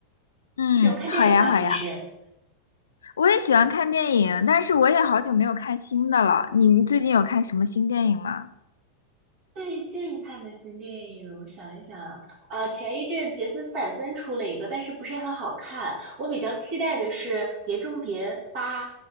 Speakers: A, on the left; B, on the right.
A: 嗯，
B: 你喜欢看电影吗？
A: 好呀，好呀。
B: 平时？
A: 我也喜欢看电影，但是我也好久没有看新的了。你你最近有看什么新电影吗？
B: 最近看的新电影，我想一想啊，呃，前一阵杰森斯坦森出了一个，但是不是很好看。我比较期待的是《碟中谍八》，